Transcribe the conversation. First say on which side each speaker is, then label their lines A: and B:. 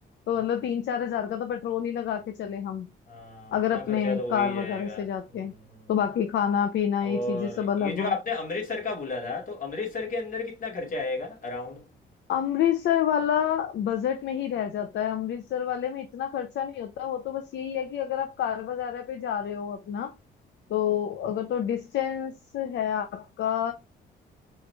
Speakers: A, on the left; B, on the left.
A: तो
B: हम्म,
A: मतलब तीन चार हजार का तो पेट्रोल ही लगा के चले हम
B: हाँ उतना
A: अगर अपने
B: खर्चा तो हो
A: कार
B: ही जाएगा
A: वगैरह से जाते
B: हम्म
A: हैं
B: हम्म,
A: तो
B: हम्म।
A: बाकी खाना पीना ये
B: और
A: चीजें सब अलग
B: ये जो
A: हो
B: आपने अमृतसर का बोला था तो अमृतसर के अंदर कितना खर्चा आएगा अराउंड
A: अमृतसर वाला बजट में ही रह जाता है अमृतसर वाले में इतना खर्चा नहीं होता वो तो बस यही है कि अगर आप कार वगैरह पे जा रहे हो अपना तो अगर तो डिस्टेंस है आपका